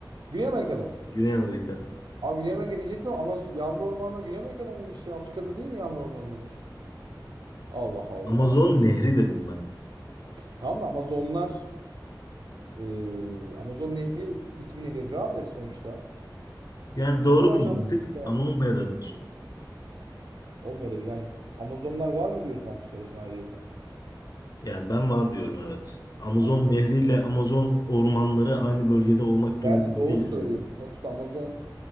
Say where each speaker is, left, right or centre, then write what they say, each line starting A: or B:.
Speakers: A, on the right; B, on the left.
A: Güney Amerika'da mı?
B: Güney Amerika
A: Abi Güney Amerika diyecektim ama Amaz yağmur ormanları Güney Amerika'da mıymış ya? Afrika'da değil mi yağmur ormanları? Allah Allah.
B: Amazon Nehri dedim ben.
A: Tamam da Amazonlar eee, Amazon Nehri ismini verir abi sonuçta.
B: Yani doğru
A: Ne kadar
B: bir
A: cahil.
B: mantık ama olmayabilir.
A: Olmuyor da yani Amazonlar var mı diyorsun Afrika'dasın ayrıyeten?
B: Yani ben var diyorum evet. Amazon
A: Ayda.
B: Nehri ile Amazon ormanları aynı bölgede olmak
A: Gerçi
B: durumunda
A: doğru
B: değil
A: söylüyorsun.
B: diyorum.
A: Sonuçta Amazon